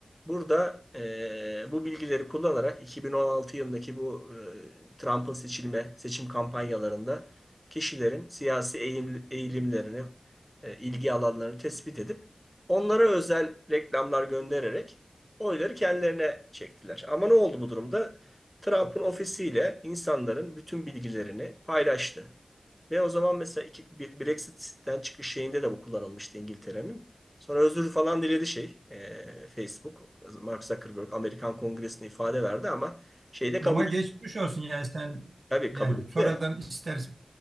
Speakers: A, in the centre; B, on the right.
A: Burada e, bu bilgileri kullanarak 2016 yılındaki bu e, Trump'ın seçilme seçim kampanyalarında kişilerin siyasi eğim- eğilimlerini, e, ilgi alanlarını tespit edip onlara özel reklamlar göndererek oyları kendilerine çektiler. Ama ne oldu bu durumda? Trump'ın ofisiyle insanların bütün bilgilerini paylaştı. Ve o zaman mesela iki, bir- Brexit'ten çıkış şeyinde de bu kullanılmıştı İngiltere'nin. Sonra özür falan diledi şey e, Facebook. Mark Zuckerberg Amerikan Kongresi'ne ifade verdi ama şeyi de
B: Ama
A: kabul
B: geçmiş
A: etti.
B: olsun yani sen
A: Tabii
B: yani
A: kabul etti.
B: sonradan ister